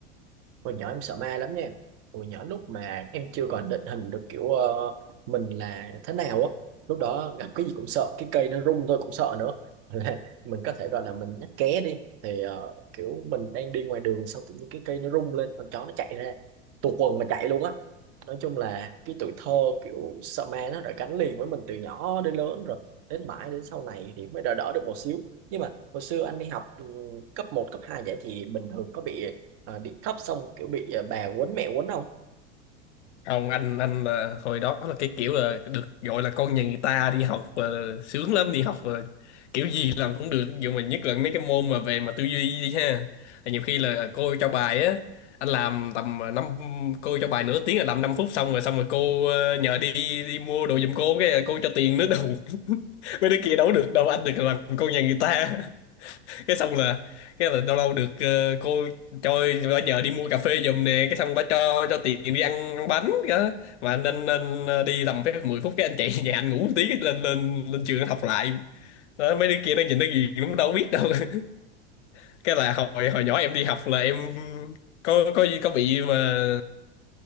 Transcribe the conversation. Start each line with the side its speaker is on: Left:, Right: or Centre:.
Right: Hồi nhỏ em sợ ma lắm nha. Hồi nhỏ lúc mà em chưa còn định hình được kiểu ờ, mình là thế nào á. Lúc đó gặp cái gì cũng sợ. Cái cây nó rung thôi cũng sợ nữa. <laughs> Là mình có thể gọi là mình nhắc ké đi. Thì ờ, kiểu mình đang đi ngoài đường xong tự nhiên cái cây nó rung lên. Con chó nó chạy ra. Tuột quần mà chạy luôn á. Nói chung là cái tuổi thơ kiểu sợ ma nó đã gắn liền với mình từ nhỏ đến lớn rồi. Đến mãi đến sau này thì mới đỡ đỡ được một xíu. Nhưng mà hồi xưa anh đi học ừ, cấp một, cấp 2 vậy thì bình thường có bị ờ, đi thấp xong kiểu bị ờ, bà quấn mẹ quấn không
Left: không anh anh là hồi đó là cái kiểu là được gọi là con nhà người ta đi học uh, sướng lắm đi học ờ, kiểu gì làm cũng được nhưng mà nhất là mấy cái môn mà về mà tư duy đi ha Thì nhiều khi là ờ, cô cho bài á anh làm tầm ờ, năm cô cho bài nửa tiếng là làm 5 phút xong rồi xong rồi cô ờ, nhờ đi đi mua đồ giùm cô cái ờ, cô cho tiền nữa đâu <laughs> mấy đứa kia đâu có được đâu anh được làm con nhà người ta cái xong là cái là lâu lâu được ờ, cô cho bà nhờ đi mua cà phê giùm nè cái xong bà cho cho tiền đi ăn, ăn bánh đó. mà anh anh, anh đi tầm phép 10 phút cái anh chạy <laughs> về nhà anh ngủ một tí cái lên lên lên trường học lại đó, mấy đứa kia nó nhìn nó gì cũng đâu biết đâu <laughs> cái là hồi hồi nhỏ em đi học là em có có có bị mà